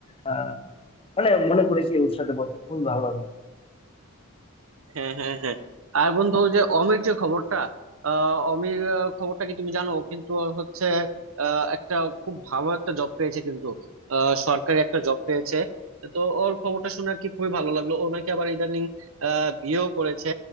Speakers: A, on the left; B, on the right.
A: আহ মানে মনে করেছি ওর সাথে বসে খুবই ভালো লাগলো
B: হ্যাঁ হ্যাঁ হ্যাঁ আর বন্ধু ওই যে অমির যে খবরটা আহ অমির আহ, খবরটা কি তুমি জানো ও কিন্তু হচ্ছে আহ, একটা খুব ভালো একটা জব পেয়েছে কিন্তু আহ, সরকারি একটা জব পেয়েছে তো ওর খবরটা শুনে আর কি খুবই ভালো লাগলো ও নাকি আবার ইদানিং আহ, বিয়েও করেছে